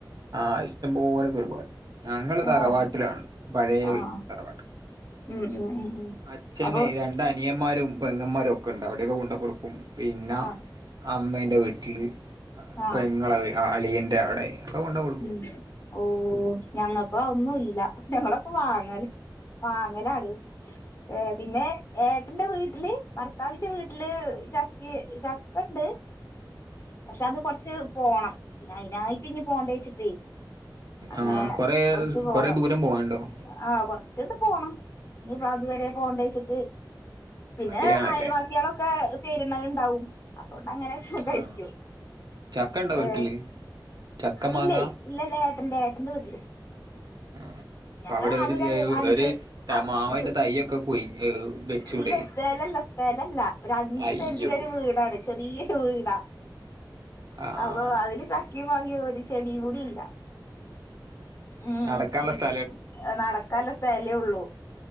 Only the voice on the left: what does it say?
ആഹ്
ആഹ്
ഉം ഉം ഉം ഉം
അപ്പൊ
ആഹ്
ആഹ്
ഉം ഓഹ് ഞങ്ങൾക്കോ അതൊന്നുല്ല ഞങ്ങളൊക്കെ വാങ്ങല് വാങ്ങലാണ് ഏഹ് പിന്നെ ഏട്ടന്റെ വീട്ടില് ഭർത്താവിന്റെ വീട്ടില് ചക്കെ ചക്കെണ്ട് പക്ഷെ അത് കൊറച്ച് പോണം പിന്നെ അയിനായിട്ട് ഇനി പോണ്ടെച്ചിട്ടേ അങ്ങനെ
കൊറച്ച് പോണം
ആഹ് കൊറ ച്ചൊക്കെ പോണം ഇനിപ്പ അതുവരെ പോണ്ടേച്ചിട്ട് പിന്നെ
അയൽവാസികളൊക്കെ തേരുണ്ണരുണ്ടാവും കൊണ്ട് അങ്ങനൊക്കെ കഴിക്കും
ഏഹ്
ഇല്ലേ ഇല്ലല്ല ഏട്ടന്റെ ഏട്ടന്റെ വീട്ടില്
ഞങ്ങളാകെ
അഞ്ച്
ആ
ക്ക്
ഇല്ല സ്ഥലല്ല സ്ഥലല്ല ഒരു അഞ്ചു
സെന്റിലൊരു വീടാണ് ചെറിയ രു വീടാ
അപ്പൊ അതില് ചക്കേം മാങ്ങേ ഒരു ചെടി കൂടി ഇല്ല ഉം
കുളി
നടക്കാല്ല സ്ഥലേ ഉള്ളു.